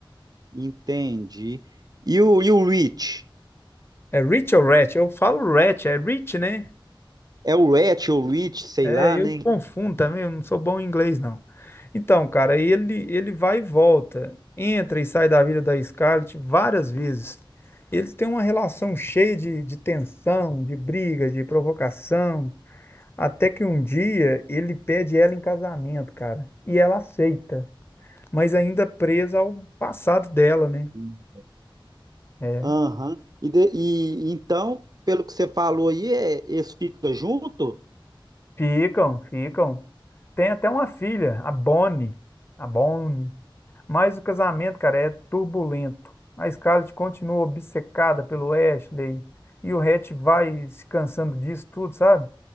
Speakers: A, on the right; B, on the left.
A: Entendi. E o, e o Rich?
B: É Rich ou Ratch? Eu falo Ratch, é Rich, né?
A: É o Rhett ou Rich, sei
B: É,
A: lá,
B: eu
A: né?
B: confundo também, eu não sou bom em inglês, não. Então, cara, ele, ele vai e volta, entra e sai da vida da Scarlett várias vezes. Eles têm uma relação cheia de, de tensão, de briga, de provocação, até que um dia ele pede ela em casamento, cara, e ela aceita, mas ainda presa ao passado dela, né?
A: Hum.
B: É,
A: Aham. E, de- e então, pelo que você falou aí, é, eles ficam junto?
B: Ficam, ficam. Tem até uma filha, a Bonnie. A Bonnie. Mas o casamento, cara, é turbulento. A Scarlett continua obcecada pelo Ashley e o Hatch vai se cansando disso tudo, sabe?